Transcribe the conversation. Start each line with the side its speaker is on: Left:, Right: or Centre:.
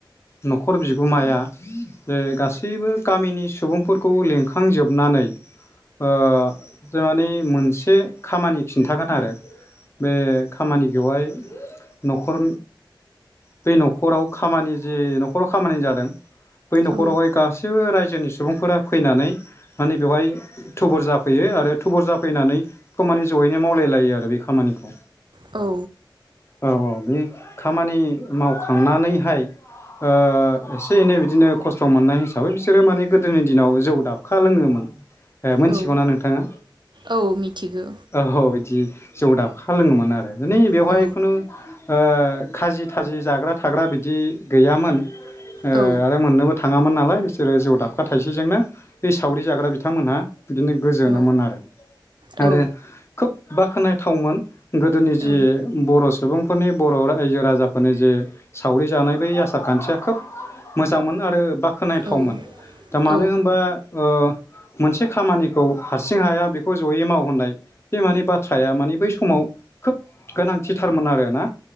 Left: न'खर बिगोमाया जे गासैबो गामिनि सुबुंफोरखौ लिंखांजोबनानै ओ जोंहानि मोनसे खामानि खिन्थागोन आरो बे खामानिखौहाय न'खर बे न'खराव खामानि जे न'खराव खामानि जादों बै न'खरावहाय
Right: औ
Left: गासिबो रायजोनिफ्राय सुबुंफोरा फैनानै माने बेवहाय थुबुर जाफैयो आरो थुबुर जाफैनानै खमानिस जयैनो मावलायलायो आरो बे खामानिखौ।
Right: औ
Left: औ औ बे खामानि मावखांनानैहाय ओ एसे एनै बिदिनो खस्थ' मोननाय हिसाबै बिसोरो माने गोदोनि दिनाव जौ दाबखा लोङोमोन। ए मिथिगौ
Right: औ
Left: ना नोंथाङा?
Right: औ मिथिगौ
Left: औ बिदि जौ दाबखा लोङोमोन आरो माने बेवहाय
Right: औ
Left: खुनु ओ खाजि थाजि जाग्रा थाग्रा बिदि गैयामोन ओ
Right: औ
Left: आरो मोननोबो थ थाङामोन नालाय बिसोरो जौ दाबखा थाइसेजोंनो बे सावरि जाग्रा बिथांमोनहा बिदिनो गोजोनोमोन
Right: औ
Left: आरो
Right: औ
Left: आरो खोब बाख्नायथावमोन गोदोनि जि
Right: औ
Left: बर' सुबुंफोरनि बर' रायजो राजाफोरनि जे सावरि जानाय बै आसार खान्थिया खोब मोजांमोन आरो बा खोनथावमोन
Right: औ
Left: दा मानो
Right: औ
Left: होनबा ओ मोनसे खामानिखौ हारसिं हाया बेखौ जयै मावहोनाय बे मानि बाथ्राया मानि बै समाव खोब गोनांथि थारमोन आरो ना